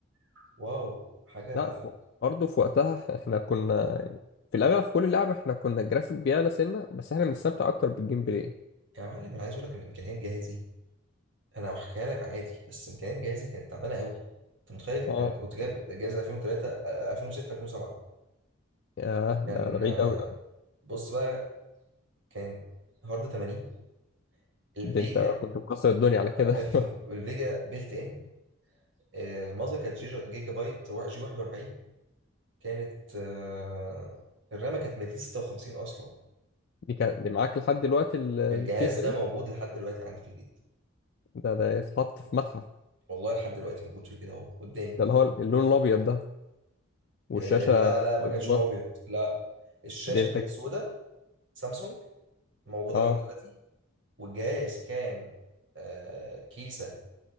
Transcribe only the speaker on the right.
واو حاجة
يا معلم أنا عايز أقول لك إن إمكانيات جهازي أنا هحكيها لك عادي بس إمكانيات جهازي كانت تعبانة قوي أنت متخيل
أنا كنت جايب جهاز 2003 آه، 2006 2007
كان
آه،
بص بقى كان هارد 80 الفيجا
<laughs>
الفيجا بيلت ان الماذر كانت جيجا, جيجا بايت وا- جي 41 كانت آه، الرامة كانت 256 أصلا
الجهاز ده
موجود لحد دلوقتي عندي في البيت
والله لحد دلوقتي موجود في البيت أهو قدامي
آه، لا لا ما
كانش لون أبيض لا الشاشة
كانت
سودة سامسونج موجودة
لحد دلوقتي والجهاز كان آه، كيسة